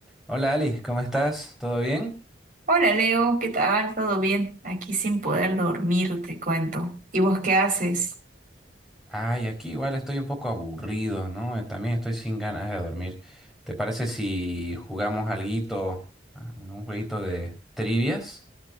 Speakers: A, in the centre; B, on the right.
A: Hola Ali, ¿cómo estás? ¿Todo bien?
B: Hola Leo, ¿qué tal? ¿Todo bien? Aquí sin poder dormir, te cuento. ¿Y vos qué haces?
A: Ay, aquí igual estoy un poco aburrido, ¿no? Eh, También estoy sin ganas de dormir. ¿Te parece si jugamos alguito, ah, un jueguito de trivias?